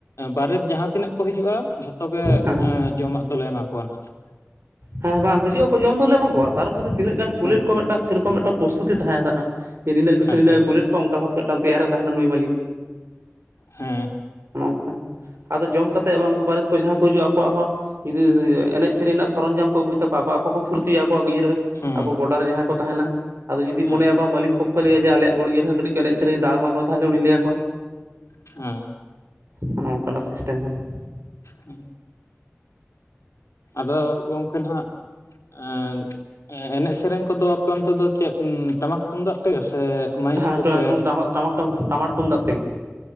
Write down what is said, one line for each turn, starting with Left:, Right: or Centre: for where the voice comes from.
Left: ᱵᱟᱨᱮᱛ ᱡᱟᱦᱟᱸ ᱛᱤᱱᱟᱹᱜ ᱠᱚ ᱦᱤᱡᱩᱜᱼᱟ ᱡᱷᱚᱛᱚ ᱜᱮ
Right: ᱦᱮᱸ
Left: ᱡᱚᱢᱟᱜ ᱫᱚᱞᱮ ᱮᱢᱟ ᱠᱚᱣᱟ ᱱᱷᱟᱜ ᱾
Right: ᱦᱮᱸ ᱵᱟᱝ ᱦᱤᱡᱩᱜᱼᱟᱠᱚ ᱡᱚᱢ ᱫᱚᱞᱮ ᱮᱢᱟ ᱠᱚᱣᱟ ᱛᱟᱨᱯᱚᱨᱮ ᱛᱤᱱᱟᱹᱜ ᱜᱟᱱ ᱠᱩᱞᱮᱫ
Left: ᱦᱮᱸ
Right: ᱠᱚᱣᱟ ᱢᱤᱫᱴᱟᱱ ᱥᱮᱨᱚᱠᱚᱢ ᱢᱤᱫᱴᱟᱹᱝ ᱯᱨᱚᱥᱛᱩᱩᱛᱤ ᱛᱟᱦᱮᱸ ᱠᱟᱱᱟ ᱡᱮ ᱱᱤᱱᱟᱹᱜ ᱜᱮ ᱥᱮ
Left: ᱟᱪᱪᱷᱟ
Right: ᱱᱤᱱᱟᱹᱜ ᱮ
Left: ᱟᱪᱪᱷᱟ
Right: ᱠᱩᱞ ᱞᱮᱫ ᱠᱚᱣᱟ ᱚᱱᱠᱟ ᱵᱷᱟᱵᱛᱮ ᱢᱤᱫᱴᱟᱹᱝ ᱛᱮᱭᱟᱨᱮ ᱛᱟᱦᱮᱱᱟ ᱱᱩᱭ ᱢᱟᱹᱞᱤᱠ ᱾
Left: ᱦᱮᱸ ᱾
Right: ᱚᱱᱚ ᱚᱝᱠᱟ ᱟᱫᱚ ᱡᱚᱢ ᱠᱟᱛᱮᱫ ᱟᱵᱟᱨ ᱩᱱᱠᱩ ᱵᱟᱨᱮᱛ ᱠᱚ ᱡᱟᱦᱟᱸ ᱠᱚ ᱦᱤᱡᱩᱜᱼᱟ ᱟᱠᱚᱣᱟᱜ ᱦᱚᱸ ᱡᱩᱫᱤ ᱮᱱᱮᱡ ᱥᱮᱨᱮᱧ ᱨᱮᱱᱟᱜ ᱥᱚᱨᱚᱧᱡᱟᱢ ᱠᱚ ᱟᱹᱜᱩᱭ ᱛᱟᱠᱚᱣᱟ ᱟᱠᱚ ᱠᱚ ᱯᱷᱩᱨᱛᱤᱭᱟ ᱟᱠᱚᱣᱟᱜ ᱤᱭᱟᱹ ᱨᱮ
Left: ᱦᱮᱸ
Right: ᱟᱠᱚ ᱜᱚᱰᱟ ᱨᱮ ᱡᱟᱦᱟᱸᱭ ᱠᱚ ᱛᱟᱦᱮᱱᱟ ᱾ ᱟᱫᱚ ᱡᱩᱫᱤ
Left: ᱦᱮᱸ
Right: ᱢᱚᱱᱮᱭᱟ ᱵᱟᱝ ᱢᱟᱹᱞᱤᱠ ᱯᱚᱠᱷᱚᱭ ᱞᱟᱹᱭᱟ ᱡᱮ ᱟᱞᱮᱭᱟᱜ ᱜᱩᱲᱤᱭᱟᱹ ᱨᱮᱦᱚ ᱠᱟᱹᱴᱤᱡ ᱠᱚ ᱮᱱᱮᱡ ᱥᱮᱨᱮᱧ ᱫᱟᱣ ᱮᱢᱟᱠᱚᱣᱟ ᱛᱟᱦᱚᱞᱮ ᱩᱱᱤ ᱞᱟᱹᱭ ᱟᱠᱚᱣᱟ ᱾
Left: ᱦᱮᱸ ᱾
Right: ᱚᱱᱮ ᱚᱱᱠᱟᱱᱟᱜ ᱥᱤᱥᱴᱮᱢ ᱠᱟᱱᱟ ᱾
Left: ᱦᱮᱸ ᱟᱫᱚ ᱜᱚᱝᱠᱮ ᱱᱷᱟᱜ ᱮᱸᱻ ᱮᱱᱮᱡ ᱥᱮᱨᱮᱧ ᱠᱚᱫᱚ ᱟᱯᱮ ᱚᱱᱛᱮ ᱫᱚ ᱪᱮᱫ ᱴᱟᱢᱟᱠ ᱛᱩᱢᱫᱟᱜ ᱛᱮᱜᱮ ᱥᱮ ᱢᱟᱭᱤᱠ
Right: ᱦᱮᱸ
Left: ᱠᱚᱯᱮ
Right: ᱴᱩ ᱴᱟᱢᱟ ᱴᱟᱢᱟᱠ ᱴᱟᱢᱟᱠ ᱴᱩᱢᱫᱟᱜ ᱛᱮᱜᱮ ᱾